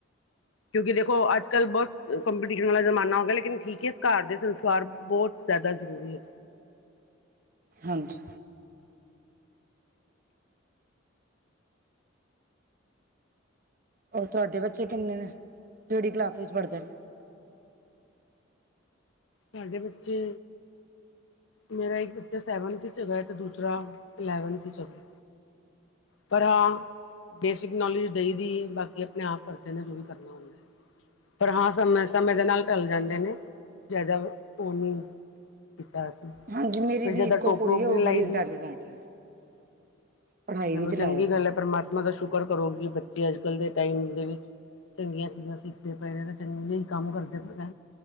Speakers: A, on the left; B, on the right.
A: ਕਿਉਂਕਿ ਦੇਖੋ ਅੱਜ ਕੱਲ੍ਹ ਬਹੁਤ ਕੰਪੀਟੀਸ਼ਨ ਵਾਲਾ ਜ਼ਮਾਨਾ ਹੋ ਗਿਆ ਲੇਕਨ ਠੀਕ ਹੈ ਘਰ ਦੇ ਸੰਸਕਾਰ ਬਹੁਤ ਜ਼ਿਆਦਾ ਜ਼ਰੂਰੀ ਐ
B: ਪੰਜ <unintelligible> ਹੋਰ ਤੁਹਾਡੇ ਬੱਚੇ ਕਿੰਨੇ ਨੇ ਕਿਹੜੀ ਕਲਾਸ ਵਿੱਚ ਪੜ੍ਹਦੇ ਨੇ
A: ਸਾਡੇ ਬੱਚੇ ਮੇਰਾ ਇੱਕ ਬੱਚਾ ਸੈਵਨਥ ਚ ਹੈਗਾ ਅਤੇ ਦੂਸਰਾ ਇਲੈਵਨਥ ਚ ਹੈਗਾ ਐ ਪਰ ਹਾਂ ਬੇਸਿਕ ਨੋਲੇਜ ਦਈ ਦੀ ਬਾਕੀ ਆਪਣੇ ਆਪ ਕਰਦੇ ਨੇ ਜੋ ਵੀ ਕਰਨਾ ਹੁੰਦਾ ਪਰ ਹਾਂ ਸਮੇ ਸਮੇਂ ਦੇ ਨਾਲ ਢਲ ਜਾਂਦੇ ਨੇ ਜ਼ਿਆਦਾ ਉਹ ਨਹੀ <unintelligible> ਫਿਰ
B: ਹਾਂਜੀ ਮੇਰੀ ਵੀ
A: ਜਿੱਦਾਂ
B: ਇੱਕੋ
A: ਟੋਕ
B: ਕੁੜੀ
A: ਟੋਕ ਵੀ
B: ਹੈ ਉਹ
A: ਨਹੀਂ
B: ਬੜੀ
A: ਲਾਈ ਦੀ
B: ਇੰਟੈਲੀਜੈਂਟ
A: ਹੈ
B: ਪੜ੍ਹਾਈ
A: ਚਲੋ
B: ਵਿੱਚ ਲਾਇਆ
A: ਚੰਗੀ ਗੱਲ
B: ਕਰ
A: ਏ ਪਰਮਾਤਮਾ ਦਾ ਸ਼ੁਕਰ ਕਰੋਗੀ ਬੱਚੇ ਅੱਜ ਕੱਲ੍ਹ ਦੇ ਟਾਈਮ ਦੇ ਵਿੱਚ ਚੰਗੀਆਂ <unintelligible> ਪਏ ਨੇ ਤੇ ਚੰਹੀ ਕੰਮ ਕਰਦੇ ਪਏ